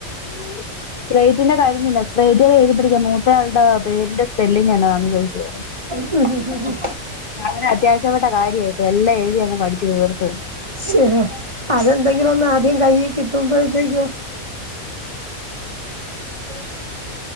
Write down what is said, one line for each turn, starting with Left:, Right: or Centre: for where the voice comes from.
Left: <inaudible> സ്രേറ്റിന്റെ കഴിഞ്ഞില്ല സ്രേറ്റേ എഴുതി പടിക്കൻ മൂത്തയാളുടെ പേരിന്റെ സ്പെല്ലിംഗ് എന്നതാന്ന് ചോദിക്കുവായിരുന്നു
Right: മ്മ്ഹ് മ്മ്ഹ്
Left: വളരെ അത്യാവശ്യപ്പെട്ട കാര്യാ ഇത്. എല്ലാം എഴുതി അങ്ങ് പഠിച്ച് തീർപ്പ്
Right: ശ് ഹേ അതെന്തെങ്കിലും ഒന്ന് ആദ്യം കയ്യി കിട്ടുമ്പൊഴത്തേക്കു ഉ